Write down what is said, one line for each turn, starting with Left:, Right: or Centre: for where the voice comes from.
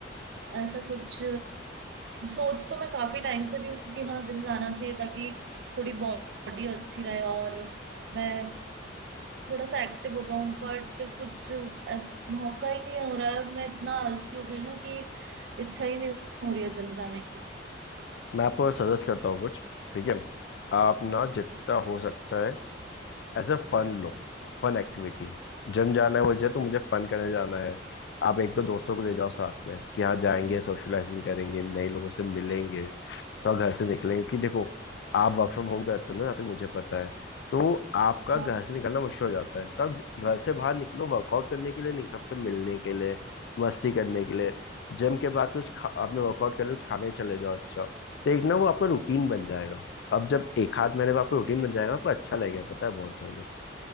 Right: ऐसा कुछ सोच तो मैं काफी टाइम से रही हूँ कि हाँ जिम जाना चाहिए ताकि थोड़ी बॉडी अच्छी रहे और मैं थोड़ा सा एक्टिव हो जाऊं बट कुछ अ, मौका ही नहीं हो रहा है और मैं इतना आलसी हो गई हूँ ना कि इच्छा ही नहीं हो रही है जिम जाने की
Left: मैं आपको सजेस्ट करता हूँ कुछ ठीक है आप ना जितना हो सकता है as a fun low fun activity Gym जाना है मुझे तो मुझे फन करने जाना है आप एक तो दोस्तों को ले जाओ साथ में कि हाँ जाएंगे
Right: हम्म,
Left: सोशलाइजिंग करेंगे नए लोगों से मिलेंगे तो घर से निकलेंगे क्योंकि देखो आप वर्क फ्रॉम होम करते हो ना जहाँ तक मुझे पता है तो आपका
Right: हाँ
Left: घर से निकलना मुश्किल हो जाता है तब घर से बाहर निकलो वर्कआउट करने के लिए नहीं सबसे मिलने के लिए मस्ती करने के लिए जिम के बाद कुछ खा, आपने वर्कआउट कर लिया कुछ खाने चले जाओ अच्छा तो एक ना वो आपका रूटीन बन जाएगा अब जब एक हाथ महीने में आपको रूटीन बन जाएगा आपको अच्छा लगेगा पता है बहुत ज्यादा